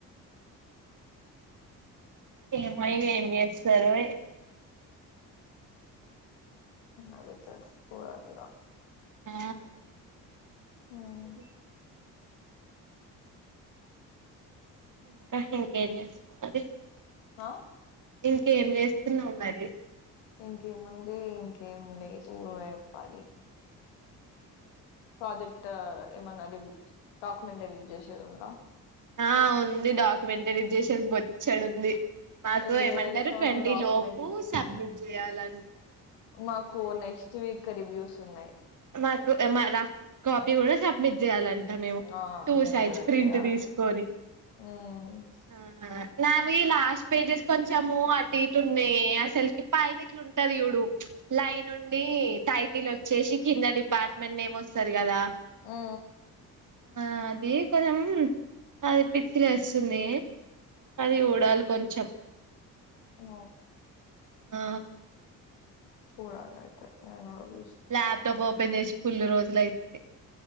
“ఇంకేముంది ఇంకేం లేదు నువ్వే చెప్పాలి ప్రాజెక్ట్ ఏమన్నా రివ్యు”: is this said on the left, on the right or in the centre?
Left